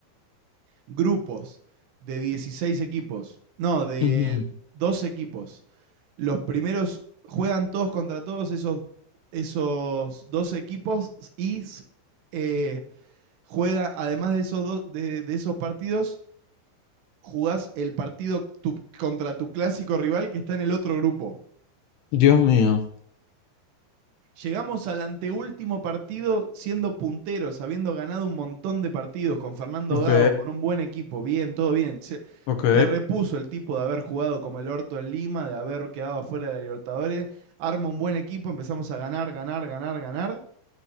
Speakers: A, on the right; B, on the left.
A: grupos de 16 equipos. No, de
B: ujú.
A: 12 equipos. Los primeros juegan todos contra todos esos, esos 12 equipos y eh, juega, además de esos, do- de, de esos partidos, jugás el partido tu- contra tu clásico rival que está en el otro grupo.
B: Dios mío.
A: Llegamos al anteúltimo partido siendo punteros, habiendo ganado un montón de partidos con Fernando
B: Ok,
A: Gago, con un buen equipo, bien, todo bien. Se,
B: ok.
A: se repuso el tipo de haber jugado como el orto en Lima, de haber quedado afuera de la Libertadores. Arma un buen equipo, empezamos a ganar, ganar, ganar, ganar.